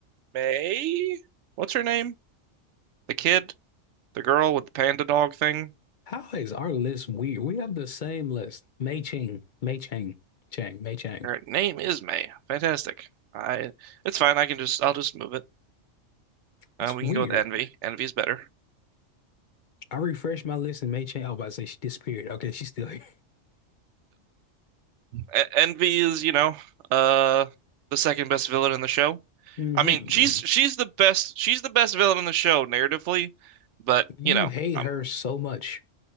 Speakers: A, on the right (about 70°); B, on the left (about 55°).
A: May. What's her name? The kid, the girl with the panda dog thing.
B: How is our list weird? We have the same list. Mei Ching, Mei Chang, Chang, Mei Chang.
A: Her name is May. Fantastic. I it's fine. I can just I'll just move it.
B: It's
A: Uh, we
B: weird.
A: can go with Envy. Envy is better.
B: I refreshed my list and made change. I was about to say she disappeared. Okay, she's still here.
A: E- Envy is, you know, uh the second best villain in the show.
B: hmm
A: I mean, she's she's the best she's the best villain in the show narratively, but
B: You
A: you know,
B: hate
A: um,
B: her so much.